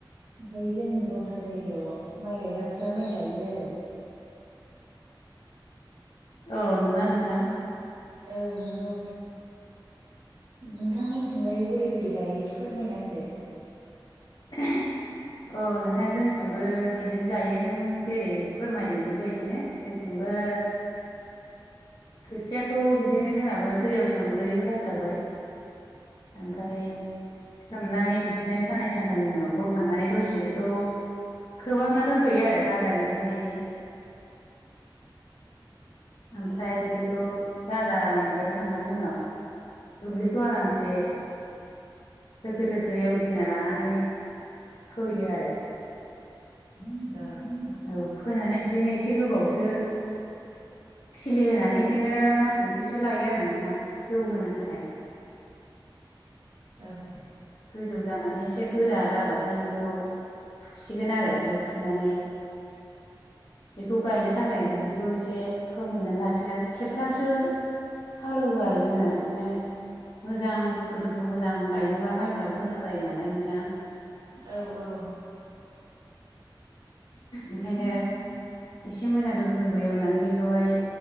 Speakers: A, on the right; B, on the left.
A: ओमफ्राय जोंनि दलहा जायगायाव माइ गायग्राफ्रा माइ गायो आरो।
B: औ नंगौना नोंथां।
A: औ नंगौ नोंथांमोनथिंलाय बोरै बोरै गायो एसे फोरमायना होदो?
B: ओह औ नोंथा जोंनिथिंबो बिदिनो गायो नों जेरै फोरमायदों बेबायदिनो। जोंथिंबो खोथियाखौ बिदिनो जोंनाबो दैयाव सोमग्रोयो फार्स्टआवहाय। ओमफ्राय सोमनानै बिदिनो साननै सानथामनि उनाव बोखांनानै दसे बिखौ खोबहाबना दोनथ'यो आरो गाजा बिरनाय बायदि। ओमफ्राय बेखौ गाजा आराम बेरहोखांनानै उनाव दुब्लिखौ आरामसे दोखो दोखो एवग्लिना लानानै फोयो आरो। <inaudible>
A: औ।
B: औ फोनानै बिदिनो एसे गोबावसो खिलि होनानै बिदिनो मास मोनसेसो लायो आरो नोंथां जौ होनो थाखाय <inaudible>
A: औ
B: गोजौ जानानै एसे गोरा जाबाथाय बेखौ फुसिगोन आरो ओमफ्राय फुनानै बेखौ गायनो थाखाय दुब्लिखौ एसे फोमोननानै लासिगोन खेबथामसो हालेवो आरो जोंना बिदिनो मोजां दुफु दुफु मोजां गायनोबा माइफ्राबो मोजां जायो नालाय नोंथां।
A: औ औ
B: ओंखायनो एसे मोजां दुफु दुफु एवनानै बेखौहाय